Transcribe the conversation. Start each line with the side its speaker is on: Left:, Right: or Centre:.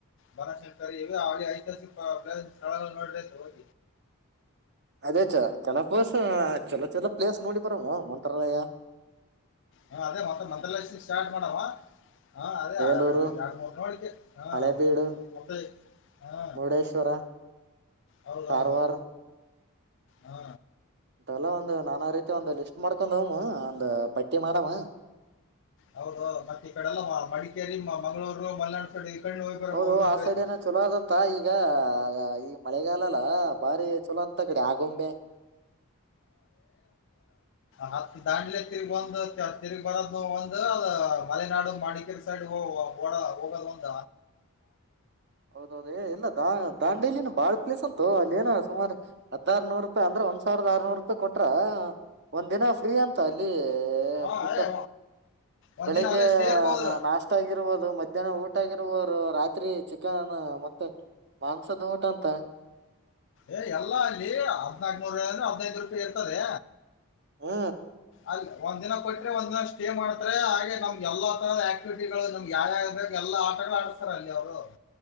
Left: ಬನಶಂಕರಿ ಇವೆ ಆಡಿ ಐತಿಹಾಸಿಕ ಪ್ಲ ಸ ನೋಡ್ ಹೋಗ
Right: ಅದೇ ಚ ಚಲೋ ಪ್ರ್ಸ್ ಚಲೋ ಚಲೋ ಪ್ಲೇಸ್ ನೋಡಿ ಬರವು ಮಂಟರಯ
Left: ಹಾ ಅದೇ ಮತ್ತ ಮೊ್ಲ ಲಕ್ಷ ಸ್ಟಾರ್ಟ್ ಮಾಡವ ಹಾ ಅದೇ
Right: ಬೇಲೂರು
Left: ಅಡು ಮೂರನ ಮಳಕ್ಕೆ ಹಾ
Right: ಹಳೇಬೀಡು
Left: ಮತ್ತೆ ಹಾ
Right: ಮುರುಡೇಶ್ವರ
Left: ಹೌದೌದ
Right: ಕಾರವಾರ
Left: ಹ್ಮ
Right: ಮಲ್ಲ ಒಂದು ನಾನ ರೀತಿ ಒಂದು ಲಿಸ್ಟ್ ಮಾಡ್ಕೊಂಡ್ಮ್ಮ ಒಂದ್ ಪಟ್ಟಿ ಮಾಡಮ್ಮ
Left: ಹೌದು ಮತ್ತೆ ಈ ಕಡೆಲ್ಲ ಮಡಿಕೇರಿ ಮಂಗಳೂರು ಮಲೆನಾಡು ಕಡೆ ಹೋಗಿ ಬರ
Right: ಹೌದು
Left: ಹೋಗಿ ಬಂದ್ರ
Right: ಆ ಸೈಡ್
Left: ಆಯ್ತು
Right: ಏನ ಚಲೋ ಆದದಂತ ಈಗ ಈ ಮಳೆಗಾಲಲ್ಲ ಬಾರಿ ಚಲೋ ಅಂತ ಕಡೆ ಆಗೊಂಬೆ
Left: ಹತ್ ದಾಂಡ್ಲೆ ತಿರ್ಗ್ ಬಂದು ತಿರುಗ್ ಬರೋ ಒಂದು ಅ ಮಲೆನಾಡು ಮಡಿಕೇರಿ ಸೈಡ್ ಹ ವಡ ಹೋಗಲ್ಲಂದ
Right: ಹೌದೌದ ಏ ಇಲ್ಲ ದಾ ದಾಂಡೇಲಿಿನ ಬಾಳ್ ಪ್ಲೇಸ್ ಅಂತು ಅಲ್ಲಿ ಏನ ಸುಮಾರ ಹದಾರ ನೂರು ರೂಪಾಯಿ ಅಂದ್ರ ಒಂದ್ ಸಾವಿರದ ಆರ್ನೂರು ರೂಪಾಯಿ ಕೊಟ್ರ ಒಂದ್ ದಿನ ಫ್ರೀ ಅಂತ ಅಲ್ಲಿ
Left: ಹಾ
Right: ಫುಡ್
Left: ಏ ಒಂದ್
Right: ಬೆಳಿಗ್ಗೆ
Left: ದಿನ ಅಲ್ಲೇ ಸ್ಟೇ ಇರ್ಬೋದು
Right: ನಾಷ್ಟತ ಆಗಿರ್ಬೋದು ಮ ಇದ ಊಟ ಆಗಿರುವರು ರಾತ್ರಿ ಚಿಕ್ಕ ಅಕ್ಕಾನ ಮತ್ತೆ ಮಾಂಸದ ಊಟ ಅಂತ
Left: ಏ ಎಲ್ಲಾ ಅಲ್ಲಿ ಹದ್ನಾಕನೂರುೂಾಯಿ ಅಂದ್ರೆ ಹದ್ನೈದು ರೂಪಾಯಿ ಇರ್ತದೆ
Right: ಹ್ಮ
Left: ಅಲ್ಲಿ ಒಂದ ದಿನ ಕೊಟ್ರೆ ಒಂದ್ನ ಸ್ಟೇ ಮಾಡ್ತಾರೆ ಹಾಗೆ ನಮ್ಗೆ ಎಲ್ಲಾ ತರದ ಆಕ್ಟಿವಿಟಿಗಳು ನಮ್ ಯಾವ್ಯ ಎಲ್ಲ ಎಲ್ಲ ಆಟಗಳು ಆಡಸ್ತಾರ ಅಲ್ಲಿ ಅವರು